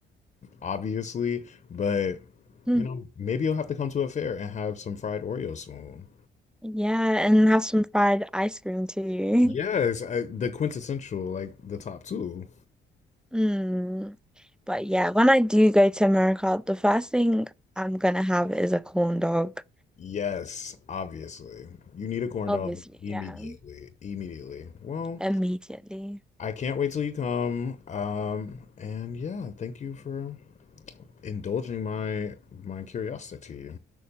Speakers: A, on the left; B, in the centre.
A: obviously. But
B: Mm.
A: you know, maybe you'll have to come to a fair and have some fried Oreos soon.
B: Yeah, and have some fried ice cream too.
A: Yes, I, the quintessential like the top two.
B: Mm. But yeah, when I do go to America, the first thing I'm gonna have is a corn dog.
A: Yes, obviously. You need a corn
B: Obviously,
A: dog immediately.
B: yeah.
A: Immediately. Well,
B: Immediately.
A: I can't wait till you come. Um, and yeah, thank you for indulging my my curiosity.